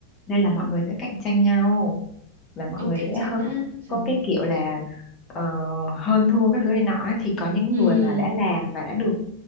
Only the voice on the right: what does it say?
Ồ,
cạnh
tranh
nữa.
Trời.
Ừ.